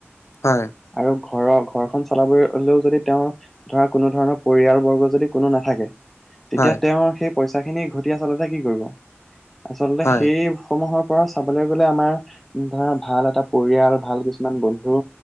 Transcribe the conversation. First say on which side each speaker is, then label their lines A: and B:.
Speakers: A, on the left; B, in the centre.
A: হয়।
B: আৰু ঘৰৰ ঘৰখনন চলাব হ'লেও যদি, তেওঁৰ ধৰা কোনো ধৰণৰ পৰিয়াল বৰ্গ যদি কোনো নাথাকে। তেতিয়া
A: হয়,
B: তেওঁৰ সেই পইচা খিনি ঘটি আচলতে, কি কৰিব। আচলতে,
A: হয়,
B: সেইসমূহৰ পৰা চাবলৈ গলে আমাৰ। ধৰা ভাল এটা পৰিয়াল ভাল কিছুমান বন্ধু